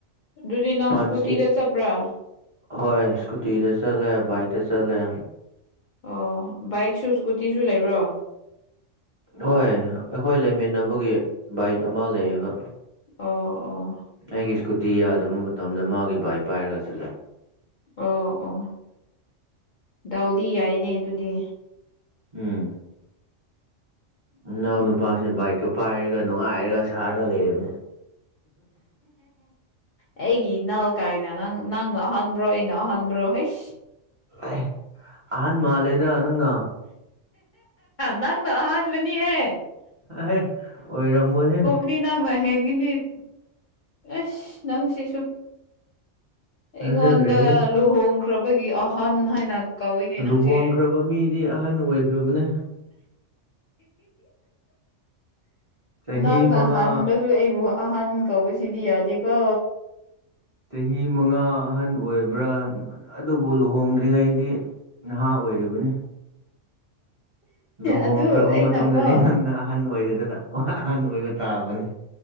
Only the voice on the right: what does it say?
ꯄꯟꯁ
ꯍꯣꯏ ꯏꯁꯀꯨꯇꯤꯗ ꯆꯠꯂꯦ ꯕꯥꯏꯛꯇ ꯆꯠꯂꯦ
ꯍꯣꯏ ꯑꯩꯈꯣꯏ ꯂꯩꯃꯤꯟꯅꯕꯒꯤ ꯕꯥꯏꯛ ꯑꯃ ꯂꯩꯌꯦꯕ
ꯑꯩꯒꯤ ꯏꯁꯀꯨꯇꯤ ꯌꯥꯗꯕ ꯃꯇꯝꯗ ꯃꯥꯒꯤ ꯕꯥꯏꯛ ꯄꯥꯏꯔꯒ ꯆꯠꯂꯦ
ꯎꯝ ꯅꯅꯥꯎ
ꯅꯨꯄꯥꯁꯦ ꯕꯥꯏꯛꯇꯀꯣ ꯄꯥꯏꯔꯒ ꯅꯨꯡꯉꯥꯏꯔꯒ ꯁꯥꯔꯒ ꯂꯩꯔꯝꯃꯤ
ꯑꯦ ꯑꯍꯟ ꯃꯥꯜꯂꯦꯗ ꯅꯪꯅ
ꯍꯦ ꯑꯣꯏꯔꯝꯃꯣ ꯍꯦ
ꯊꯥꯖꯗ꯭ꯔꯦꯍꯦ
ꯂꯨꯍꯣꯡꯈ꯭ꯔꯕ ꯃꯤꯗꯤ ꯑꯍꯟ ꯑꯣꯏꯈ꯭ꯔꯕꯅꯦ ꯆꯍꯤ
ꯃꯉꯥ
ꯆꯍꯤ ꯃꯉꯥ ꯑꯍꯟ ꯑꯣꯏꯕ꯭ꯔꯥ ꯑꯗꯨꯕꯨ ꯂꯨꯍꯣꯡꯗ꯭ꯔꯤꯉꯩꯗꯤ ꯅꯍꯥ ꯑꯣꯏꯔꯤꯕꯅꯤ ꯂꯨꯍꯣꯡꯈ꯭ꯔꯕ
ꯃꯇꯨꯡꯗꯗꯤ ꯅꯪꯅ ꯑꯍꯟ ꯑꯣꯏꯒꯗ ꯑꯍꯟ ꯑꯣꯏꯕ ꯇꯥꯕꯅꯦ